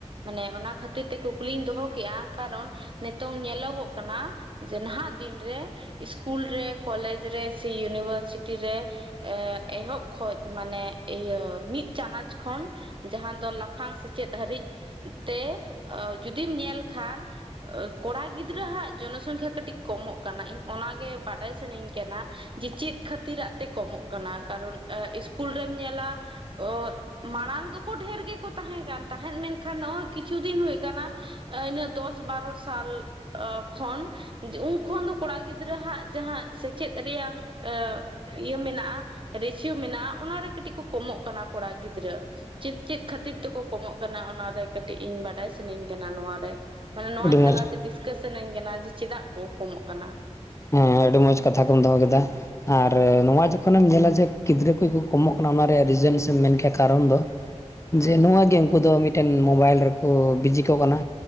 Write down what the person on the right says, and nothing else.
ᱢᱟᱱᱮ ᱚᱱᱟ ᱠᱷᱟᱹᱛᱤᱨ ᱛᱮ ᱠᱩᱠᱞᱤᱧ ᱫᱚᱦᱚ ᱠᱮᱫᱼᱟ ᱠᱟᱨᱚᱱ ᱱᱤᱛᱚᱝ ᱧᱮᱞᱚᱜᱚᱜ ᱠᱟᱱᱟ ᱡᱮ ᱱᱟᱦᱟᱜ ᱫᱤᱱᱨᱮ ᱤᱥᱠᱩᱞ ᱨᱮ ᱠᱚᱞᱮᱡᱽ ᱨᱮ ᱥᱮ ᱤᱭᱩᱱᱤᱵᱷᱟᱨᱥᱤᱴᱤ ᱨᱮ ᱮᱜ ᱮᱦᱚᱵ ᱠᱷᱚᱡ ᱢᱟᱱᱮ ᱤᱭᱟᱹ ᱢᱤᱫ ᱪᱟᱱᱟᱪ ᱠᱷᱚᱱ ᱡᱟᱦᱟᱸ ᱫᱚ ᱞᱟᱯᱷᱟᱝ ᱥᱮᱪᱮᱫ ᱦᱟᱹᱨᱤᱡ ᱛᱮ ᱡᱩᱫᱤᱢ ᱧᱮᱞ ᱠᱷᱟᱱ, ᱠᱚᱲᱟ ᱜᱤᱫᱽᱨᱟᱹᱣᱟᱜ ᱡᱚᱱᱚᱥᱚᱝᱠᱷᱟ ᱠᱟᱹᱴᱤᱡ ᱠᱚᱢᱚᱜ ᱠᱟᱱᱟ ᱤᱧ ᱚᱱᱟᱜᱮ ᱵᱟᱰᱟᱭ ᱥᱟᱱᱟᱧ ᱠᱟᱱᱟ? ᱡᱮ ᱪᱮᱫ ᱠᱷᱟᱹᱛᱤᱨᱟᱜ ᱛᱮ ᱠᱚᱢᱚᱜ ᱠᱟᱱᱟ ᱠᱟᱨᱚᱱ, ᱤᱥᱠᱩᱞ ᱨᱮᱢ ᱧᱮᱞᱟ ᱚ ᱢᱟᱲᱟᱝ ᱫᱚᱠᱚ ᱰᱷᱮᱨ ᱜᱮᱠᱚ ᱛᱟᱦᱮᱸ ᱠᱟᱱ ᱛᱟᱦᱮᱸᱫ ᱢᱮᱱᱠᱷᱟᱱ ᱱᱚᱜᱼᱚᱭ ᱠᱤᱪᱷᱩ ᱫᱤᱱ ᱦᱩᱭᱩᱜ ᱠᱟᱱᱟ, ᱤᱱᱟᱹᱜ ᱫᱚᱥ ᱵᱟᱨᱚ ᱥᱟᱞ ᱠᱷᱚᱱ ᱩᱱ ᱠᱷᱚᱱ ᱫᱚ ᱠᱚᱲᱟ ᱜᱤᱫᱽᱨᱟᱹ ᱦᱟᱸᱜ ᱡᱟᱦᱟᱸ ᱥᱮᱪᱮᱫ ᱨᱮᱭᱟᱝ ᱤᱭᱟᱹ ᱢᱮᱱᱟᱜᱼᱟ ᱨᱮᱥᱤᱭᱳ ᱢᱮᱱᱟᱜᱼᱟ ᱚᱱᱟᱨᱮ ᱠᱟᱹᱴᱤᱡ ᱠᱚ ᱠᱚᱢᱚᱜ ᱠᱟᱱᱟ ᱠᱚᱲᱟ ᱜᱤᱫᱽᱨᱟᱹ᱾ ᱪᱮᱫ ᱪᱮᱫ ᱠᱷᱟᱹᱛᱤᱨ ᱛᱮᱠᱚ ᱠᱚᱢᱚᱜ ᱠᱟᱱᱟ ᱚᱱᱟᱨᱮ ᱠᱟᱹᱴᱤᱡ ᱤᱧ ᱵᱟᱰᱟᱭ ᱥᱟᱱᱟᱧ ᱠᱟᱱᱟ ᱱᱚᱣᱟᱨᱮ᱾ ᱢᱟᱱᱮ ᱱᱚᱣᱟ
ᱛᱟᱞᱟᱛᱮ
ᱰᱤᱥᱠᱟᱥᱚᱱ ᱟᱹᱧ ᱠᱟᱱᱟ ᱡᱮ ᱪᱮᱫᱟᱜ ᱠᱚ ᱠᱚᱢᱚᱜ ᱠᱟᱱᱟ?
ᱦᱮᱸ